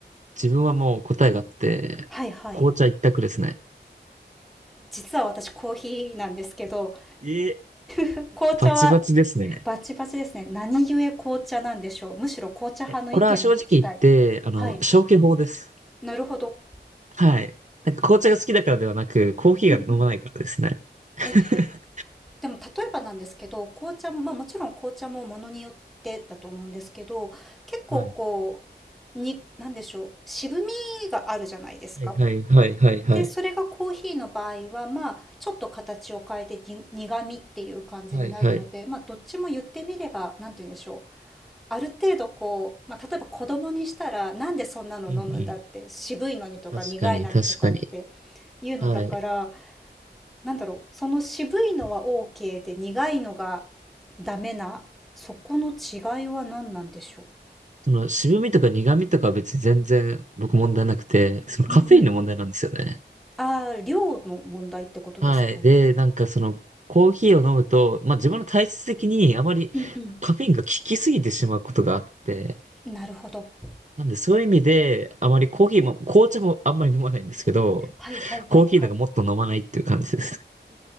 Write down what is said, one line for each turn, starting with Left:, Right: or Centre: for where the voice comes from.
Right: 自分はもう答えがあって、
Centre: はいはい。
Right: 紅茶一択ですね。
Centre: 実は私コーヒーなんですけど、
Right: え、
Centre: 紅茶は
Right: バチバチですね。
Centre: バチバチですね。何故紅茶なんでしょう。むしろ紅茶派の意見を聞きたい。
Right: えこれは正直言って、あの、
Centre: はい。
Right: 消去法です。
Centre: なるほど。
Right: はい。なんか紅茶が好きだからではなく、コーヒーが飲まないからですね。
Centre: うんうん。
Right: <laughs>
Centre: え、でも例えばなんですけど、紅茶も、まあもちろん紅茶もものによってだと思うんですけど、結構こう、
Right: はい。
Centre: に、なんでしょう。渋みがあるじゃないですか。
Right: はい。はい。はい。はい。
Centre: で、それがコーヒーの場合は、まあ、ちょっと形を変えてに苦味っていう感じになるので、
Right: はい。はい。
Centre: まあ、どっちも言ってみれば、なんて言うんでしょう。ある程度こう、まあ、例えば子供にしたら、なんでそんなの飲むんだって、
Right: うんうん。
Centre: 渋いのにとか苦いのにとかって
Right: 確かに、確かに。
Centre: いうのだから、
Right: はい。
Centre: なんだろう、その渋いのは OK で苦いのがダメな、そこの違いは何なんでしょ
Right: その、渋みとか苦みとかは別に全然僕問題なくて、そのカフェインの問題なんですよね。
Centre: う。うんうん。ああ、量の問題ってことですかうん
Right: はい。で、なんかその、コーヒーを飲むと、まあ自分の体質的にあまりカフェインが効きすぎてしまうことがあって、
Centre: うん。なるほど。
Right: なんでそういう意味で、あまりコーヒーも、紅茶もあんまり飲まないんですけど、
Centre: はいはいはいはい。
Right: コーヒーなんかもっと飲まないっていう感じです。